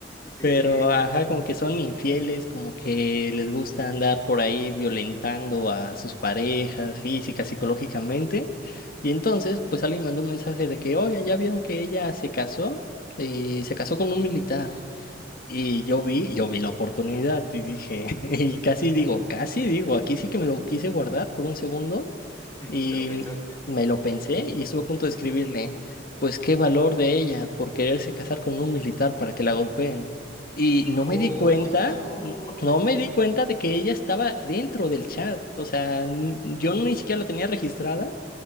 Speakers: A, on the left; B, on the left.
A: Sí,
B: Pero, ajá, como que son infieles, como que les gusta andar por ahí violentando a sus parejas física, psicológicamente. Y entonces, pues alguien mandó un mensaje de que, oigan, ya vieron que ella se casó y se casó con un militar. Y yo vi, yo vi la oportunidad y dije, <laughs> y casi digo, casi digo, aquí sí que me lo quise guardar por un segundo
A: <laughs>
B: y
A: pero pensaste.
B: me lo pensé y estuve a punto de escribirle, pues qué valor de ella por quererse casar con un militar para que la golpeen. Y no
A: No,
B: me di cuenta,
A: <laughs> no.
B: n- no me di cuenta de que ella estaba dentro del chat. O sea, n- yo ni siquiera la tenía registrada,